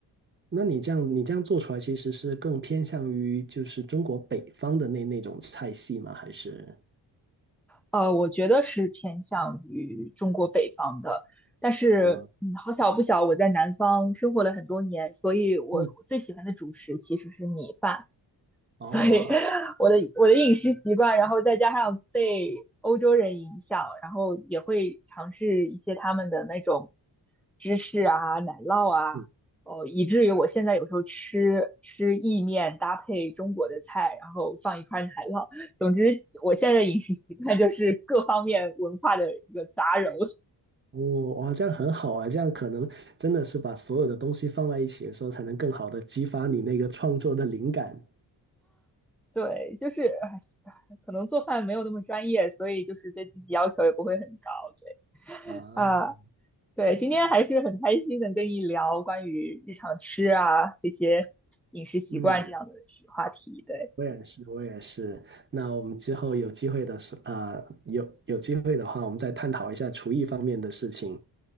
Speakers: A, on the right; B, in the centre.
A: 那你这样你这样做出来，其实是更偏向于就是中国北方的那那种菜系吗？还是？
B: 呃，我觉得是偏向于中国北方的，但是嗯，
A: 嗯
B: 好巧不巧，我在南方生活了很多年，所以我我最喜欢的主食其实是米饭。
A: 嗯，哦。
B: 所以我的我的饮食习惯，然后再加上被欧洲人影响，然后也会尝试一些他们的那种芝士啊、奶酪啊，
A: 嗯
B: 哦，以至于我现在有时候吃吃意面搭配中国的菜，然后放一块奶酪。总之，我现在的饮食习惯就是各方面文化的一个杂糅。
A: 哦，哇，这样很好啊！这样可能真的是把所有的东西放在一起的时候，才能更好的激发你那个创作的灵感
B: 对，就是唉可能做饭没有那么专业，所以就是对自己要求也不会很高。
A: 啊。
B: 对啊，对，今天还是很开心能跟你聊关于日常吃啊这些饮食习惯这样的话题。
A: 嗯，
B: 对，
A: 我也是，我也是。那我们之后有机会的时啊、有有机会的话，我们再探讨一下厨艺方面的事情。